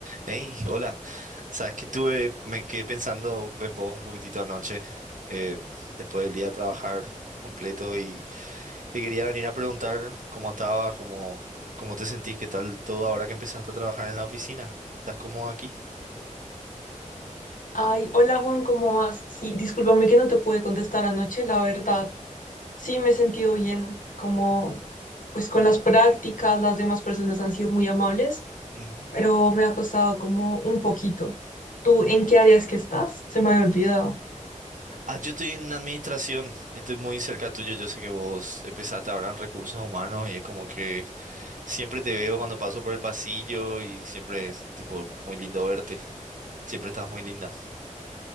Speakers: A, on the right; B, on the left.
A: Hey, hola. Sabes que estuve, me quedé pensando en vos un poquitito anoche, eh, después del día de trabajar completo y te quería venir a preguntar cómo estabas, cómo, cómo te sentís, qué tal todo ahora que empezaste a trabajar en la oficina. ¿Estás cómodo aquí?
B: Ay, hola Juan, ¿cómo vas? Sí, discúlpame que no te pude contestar anoche, la verdad. Sí, me he sentido bien, como pues con las prácticas, las demás personas han sido muy amables,
A: Ujú.
B: pero me ha costado como un poquito. ¿Tú en qué áreas que estás? Se me había olvidado.
A: Ah, yo estoy en administración, estoy muy cerca tuyo, yo sé que vos empezaste ahora en recursos humanos y es como que siempre te veo cuando paso por el pasillo y siempre es tipo muy lindo verte, siempre estás muy linda.